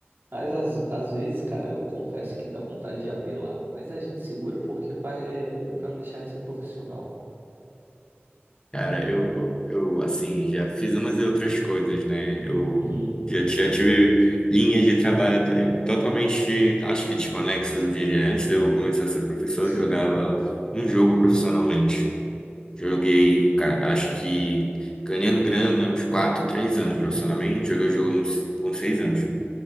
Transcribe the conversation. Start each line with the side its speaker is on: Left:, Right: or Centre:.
Right: Mas às, às vezes, cara, eu confesso que dá vontade de apelar. Mas a gente segura porque é pra, é pra não deixar de ser profissional.
Left: Cara, eu, eu, eu, assim, já fiz umas e outras coisas, né? Eu
Right: Uhum,
Left: já, já tive linhas de trabalho eh, totalmente, acho que desconexas de antes de eu começar a ser professor,
Right: sim.
Left: eu jogava um jogo profissionalmente. Joguei, ca- acho que ganhando grana, uns 4 3 anos profissionalmente, joguei o jogo uns, uns 6 anos.